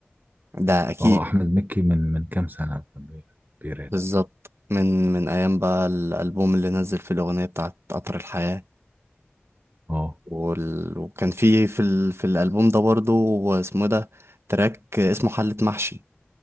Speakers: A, on the right; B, on the right.
A: ده اكيد
B: اه أحمد مكي من من كام سنة كان بي- بيراب
A: بالظبط من من ايام بقى الالبوم اللي نزل في الاغنيه بتاعت قطر الحياه
B: اه
A: وال... وكان فيه في ال... في الالبوم ده برضه اسمه ده تراك اسمه حلة محشي